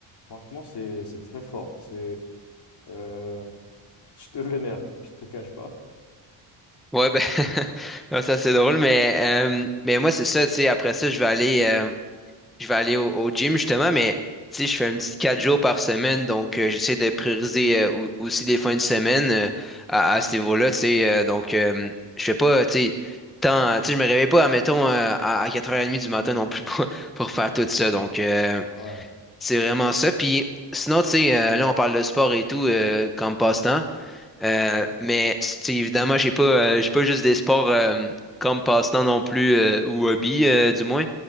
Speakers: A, on the left; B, in the centre.
A: Franchement, c'est c'est très fort. C'est euh, <laughs> je te vénère, je te cache pas.
B: Ouais, ben, <laughs> ouais, ça c'est drôle, mais, euh, mais moi c'est ça, tu sais, après ça, je vais aller, euh, je vais aller au, au gym justement, mais tu sais, je fais un petit 4 jours par semaine, donc euh, j'essaie de prioriser euh, ou- aussi les fins de semaine euh, à, à ce niveau-là, tu sais, euh, donc euh, je fais pas, tu sais, tant, tu sais, je me réveille pas, admettons, euh, à, à 4h30 du matin non plus <laughs> pour, pour faire tout ça, donc euh,
A: Ouais.
B: c'est vraiment ça, puis sinon, tu sais, euh, là on parle de sport et tout euh, comme passe-temps. Euh,
A: Mhm.
B: mais c'est- évidemment, j'ai pas, euh, j'ai pas juste des sports euh, comme passe-temps non plus euh, ou hobby, euh, du moins.